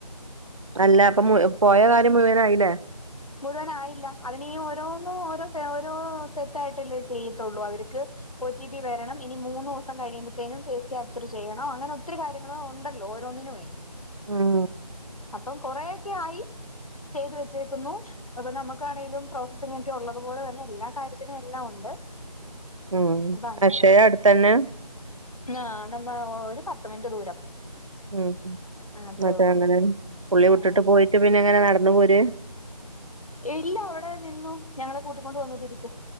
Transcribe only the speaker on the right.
അല്ല അപ്പൊ പോയ കാര്യം മുഴുവനായില്ലേ.
ഉം
ഉം
പക്ഷെ അടുത്തന്നെ
ഉം
മറ്റേ
അങ്ങനെ പുള്ളി
വിട്ടിട്ട് പോയിട്ട് പിന്നെ എങ്ങനെ നടന്ന പോര്...